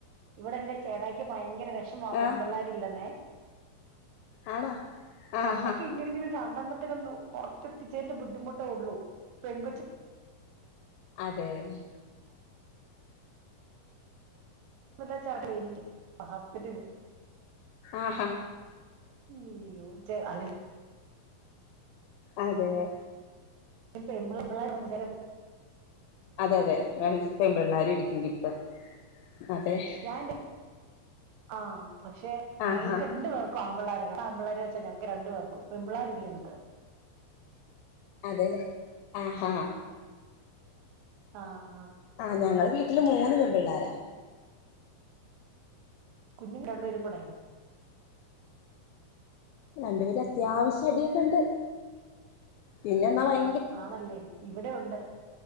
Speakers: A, on the right; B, on the left.
A: ഇവിടെന്റെ ചേട്ടായ്ക്ക് ഭയങ്കര വെഷമാ
B: ആ
A: പെമ്പിള്ളേര് ഇല്ലന്നേ
B: ആണോ ആഹാ
A: നമ്മക്ക് ഇല്ലെങ്കിലും രണ്ടെണ്ണത്തിന് ഒന്നു പുറത്തെത്തിച്ചതിന്റെ ബുദ്ധിമുട്ടേ ഒള്ളൂ പെൺകൊച്ച്
B: അതേയ്
A: <unintelligible> ഹസ്ബന്റിന്
B: ആഹാ
A: ഇയ്യോ <unintelligible>
B: അതേയ്
A: ഈ <unintelligible>
B: അതെ അതെ വേ പെമ്പിള്ളേരും ഇരിക്കും കിട്ട് അതെ
A: ഞാനെന്റെ ആഹ് പക്ഷെ
B: ആഹാ
A: ഞങ്ങക്ക് രണ്ടു പേർ ക്കും ആമ്പിള്ളാരാ രണ്ടാമ്പിള്ളാരു വച്ചാ ഞങ്ങക്ക് രണ്ട് പേർക്കും പെമ്പിള്ളേരില്ല ഞങ്ങക്ക്
B: അതേല്ലേ ആഹാ
A: ആഹ്
B: ആഹ് ഞങ്ങള് വീട്ടില് മൂന്ന് പെൺ പിള്ളാരാ
A: കുഞ്ഞും രണ്ടേരും കൂടെ
B: രണ്ടുപേരും അത്യാവശ്യം ഇടിയൊക്കെ ഉണ്ട് പിന്നെന്താ ഭയ
A: ആണല്ലേ ഇവിടെ ഉണ്ട്